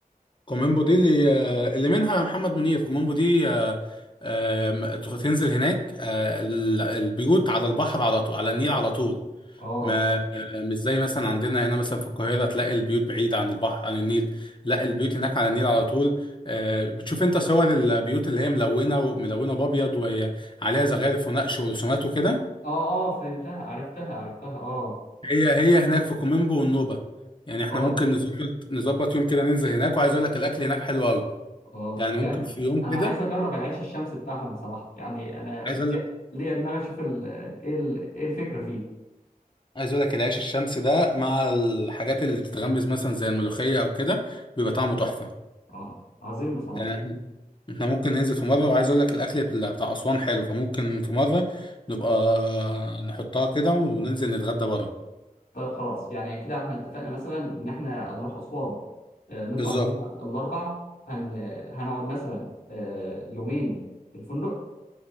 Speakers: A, on the left; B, on the left.
A: كوميمبو دي اللي آه اللي منها محمد منير كوميمبو دي آه آه م- تخ- تنزل هناك آه ال- البيوت على البحر على طول على النيل على طول
B: اه
A: ما مش زي مثلا عندنا هنا مثلا في القاهرة تلاقي البيوت بعيدة عن البحر عن النيل لا البيوت هناك على النيل على طول آه، بتشوف انت صور البيوت اللي هي ملونة وملونة بأبيض وعليها زخارف ونقش ورسومات وكده
B: اه اه فهمتها عرفتها عرفتها اه
A: هي هي هناك في كوميمبو والنوبة يعني
B: اه
A: احنا ممكن نظبط نظبط يوم كده ننزل هناك وعايز اقول لك الاكل هناك حلو قوي
B: اه
A: يعني
B: جامد
A: ممكن في يوم
B: انا
A: كده
B: عايز اجرب العيش الشمسي بتاعهم بصراحه يعني انا
A: عايز اقول
B: ليا
A: لك
B: ليا دماغ اشوف ال- ايه ال- ايه الفكره فيه
A: عايز اقول لك العيش الشمسي ده مع الحاجات اللي بتتغمز مثلا زي الملوخية او كده بيبقى طعمه تحفة
B: اه عظيم بصراحه
A: آه، احنا ممكن ننزل في مرة وعايز اقول لك الاكل بتاع بتاع اسوان حلو فممكن في مرة نبقى نحطها كده وننزل نتغدى بره
B: طيب خلاص يعني كده احنا اتفقنا مثلا ان احنا هنروح اسوان آه، نطلع
A: بالظبط
B: من هنا الاربع هن هنقعد مثلا آه، يومين في الفندق